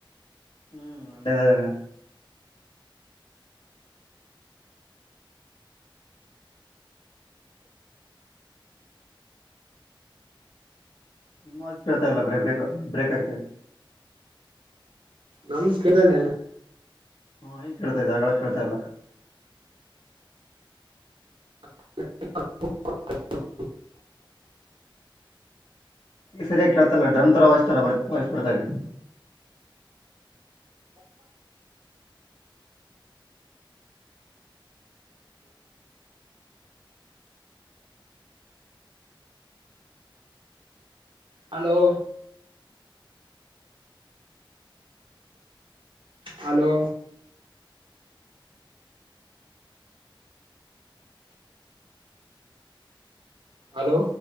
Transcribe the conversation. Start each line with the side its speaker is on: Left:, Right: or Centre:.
Left: ಹ್ಮ್ ಅಂದೇದಾರೆನ. ನಿಮ್ಮ ವಾಯ್ಸ್ ಕೇಳ್ತಾಇಲ್ಲ ಬ್ರ ಬ್ರಕ್ ಬ್ರೇಕ್ ಆಗ್ತದೆ.
Right: ನಮಸ್ಕತದ
Left: ಹ್ಮ ಈ ಕೇಳ್ತಾ ಇದೆ ಆಗ್ಳ ಕೇಳ್ತಾಲ್ಲ.
Right: <unintelligible>
Left: ಈ ಸರಿಯಾಗಿ ಕೇಳ್ತಲ್ಲ ಡ್ರಮ್ ತರ ವಾಯ್ಸ್ ತರ ಬರ್ ವಾಯ್ಸ್ ಬರ್ತಾ ಇದೆ.
Right: Hello hello hello